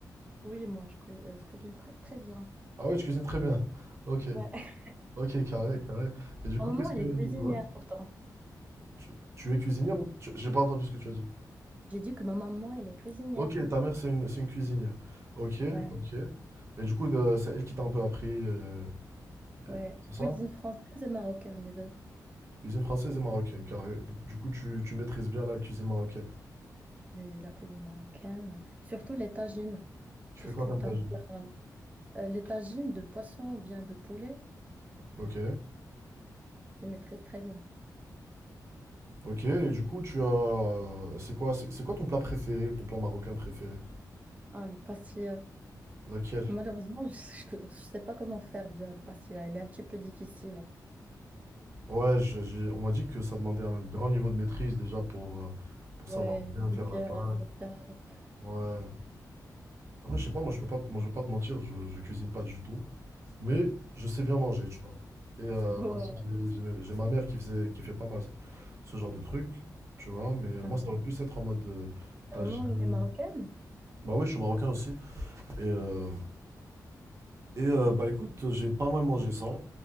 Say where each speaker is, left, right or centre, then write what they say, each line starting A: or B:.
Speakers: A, on the right; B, on the right.
A: Oui, moi, je, cui- euh, je cuisine très, très bien.
B: Ah ouais, tu cuisines très bien. <laughs> Ok.
A: Ouais. <laughs>
B: Ok, carré, carré. Et du coup,
A: Ma maman,
B: qu'est-ce
A: elle
B: que...
A: est cuisinière
B: ouais.
A: pourtant.
B: Tu, tu es cuisinière ou... tu- J'ai pas entendu ce que tu as dit.
A: J'ai dit que ma maman, elle est cuisinière.
B: Ok, ta mère, c'est une, c'est une cuisinière. Ok,
A: Ouais,
B: ok. Et du coup, de- c'est elle qui t'a un peu appris, euh,
A: ouais.
B: euh, c'est ça?
A: Cuisine française et marocaine, les deux.
B: Cuisine française et marocaine, carré. Donc, du coup, tu, tu maîtrises bien la cuisine marocaine.
A: Oui, la cuisine marocaine, surtout les tagines,
B: Tu
A: puisque
B: fais quoi
A: c'est
B: comme plat?
A: un plat. euh, les tagines de poisson ou bien de poulet,
B: Ok,
A: je maîtrise très bien.
B: ok. Et du coup, tu as... C'est quoi, c'est c'est quoi ton plat préféré, ton plat marocain préféré?
A: Ah, le pastilla.
B: Laquelle?
A: Malheureusement, je ne sais pas comment faire bien le pastilla. Il est un petit peu difficile.
B: Ouais, je- j'ai- on m'a dit que ça demandait un grand niveau de maîtrise déjà pour, euh, pour
A: Ouais,
B: savoir bien
A: plusieurs
B: faire la pâte.
A: étapes.
B: Ouais, Après, je sais pas, moi je peux pas, te- moi je vais pas te mentir, je, je cuisine pas du tout, mais je sais bien manger, tu vois. Et euh,
A: Ouais.
B: moi aussi, j'ai j'ai mes- j'ai ma mère qui faisait, qui fait pas mal ce genre de trucs, tu vois. Mais euh,
A: Ah
B: moi, ça
A: ouais.
B: va plus être en mode euh,
A: Vraiment,
B: tagine.
A: les marocaines?
B: Bah oui, je suis marocain aussi. Et, euh, et euh, bah écoute, j'ai pas mal mangé ça.